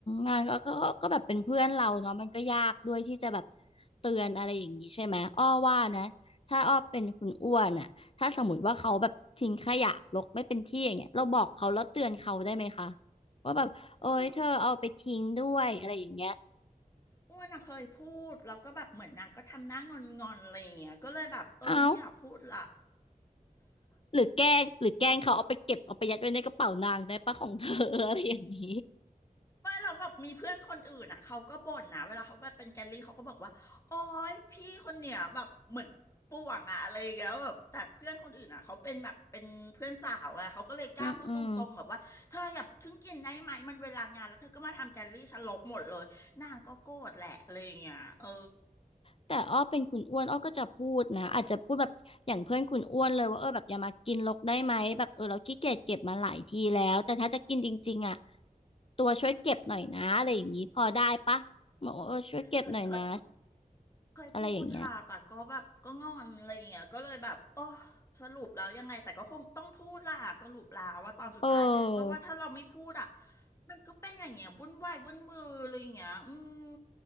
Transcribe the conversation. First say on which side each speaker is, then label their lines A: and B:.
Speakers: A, on the left; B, on the left.
A: งานก็ก็ก็ก็แบบเป็นเพื่อนเราเนาะมันก็ยากด้วยที่จะแบบเตือนอะไรอย่างนี้ใช่ไหมอ้อว่านะถ้าอ้อเป็นคุณอ้วนอ่ะถ้าสมมติว่าเขาแบบทิ้งขยะรกไม่เป็นที่อย่างเงี้ยเราบอกเขาแล้วเตือนเขาได้ไหมคะว่าแบบโอ๊ยเธอเอาไปทิ้งด้วยอะไรอย่างเงี้ย
B: คืออ้วนอะเคยพูดแล้วก็แบบเหมือนนางก็ทำหน้างอนๆอะไรอย่างเงี้ยก็เลยแบบเออไม่อยากพูดละ
A: เอ้าหรือแกล้งหรือแกล้งเขาเอาไปเก็บเอาไปยัดไว้ในกระเป๋านางได้ปะของเธอ <laughs> อะไรอย่างนี้
B: ไม่เราแบบมีเพื่อนคนอื่นอ่ะเขาก็บ่นนะเวลาเขาแบบเป็นแกลลี่เขาก็บอกว่าโอ๊ยพี่คนเนี่ยแบบเหมือนป่วงอะอะไรอย่างเงี้ยแบบแต่เพื่อนคนอื่นอ่ะเขาเป็นแบบเป็นเพื่อนสาวอ่ะเขาก็เลยกล้าพูดตรงๆแบบว่าเธออย่าเพิ่งกินได้ไหมมันเวลางานแล้วเธอก็มาทำแกลลี่ฉันลบหมดเลยนางก็โกรธแหละอะไรอย่างเงี้ยเออ
A: อืมอืม แต่อ้อเป็นคุณอ้วนอ้อก็จะพูดนะอาจจะพูดแบบอย่างเพื่อนคุณอ้วนเลยว่าเออแบบอย่ามากินรกได้ไหมแบบเออเราขี้เกียจเก็บมาหลายทีแล้วแต่ถ้าจะกินจริงๆอ่ะตัวช่วยเก็บหน่อยนะอะไรอย่างนี้พอได้ปะบอกว่าเออช่วยเก็บหน่อยนะ
B: เคยเคย เคยพูดค่ะ
A: อะไรอย่างเงี้ย
B: แต่ก็แบบก็งอนอะไรอย่างเงี้ยก็เลยแบบโอ้สรุปแล้วยังไงแต่ก็คงต้องพูดล่ะสรุปแล้วว่าตอนสุดท้ายเพราะว่าถ้าเราไม่พูดอ่ะ
A: เออ
B: มันก็เป็นอย่างเงี้ยวุ่นวายวุ่นมืออะไรอย่างเงี้ยอืม